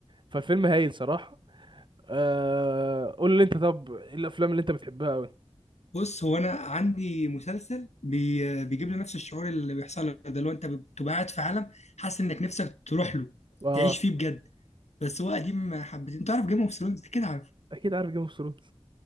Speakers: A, on the right; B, on the left.
A: فالفيلم هايل صراحة آه قول لي انت طب ايه الافلام اللي انت بتحبها قوي
B: بص هو انا عندي مسلسل بي... آه، بيجيب لي نفس الشعور اللي بيحصل لك ده اللي هو انت بتبقى قاعد في عالم حاسس انك نفسك تروح له
A: اه
B: تعيش فيه بجد بس هو قديم حبتين تعرف جيم اوف ثرونز كده
A: اكيد عارف جيم اوف ثرونز